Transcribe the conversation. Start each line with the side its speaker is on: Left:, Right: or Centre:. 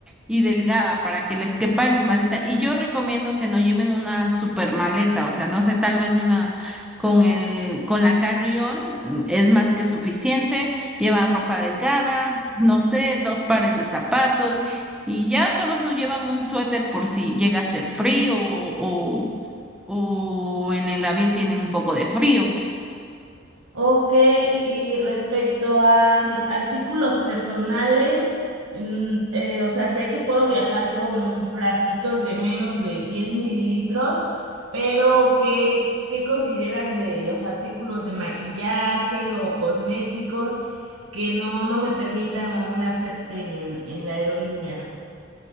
Centre: y delgada para que les quepa en su maleta. Y yo recomiendo que no lleven una super maleta, o sea, no sé, tal vez una con el, con la carrión mm, es más que suficiente. Llevan ropa delgada, no sé, dos pares de zapatos. Y ya solo se llevan un suéter por si llega a ser frío o, o en el avión tienen un poco de frío.
Right: Ok, y respecto a mm, artículos personales, mm, eh, o sea, sé que puedo viajar con frasquitos de menos de 10 mililitros, pero ¿qué, qué consideras de los artículos de maquillaje o cosméticos que no, no me permitan o no me acepten en, en la aerolínea?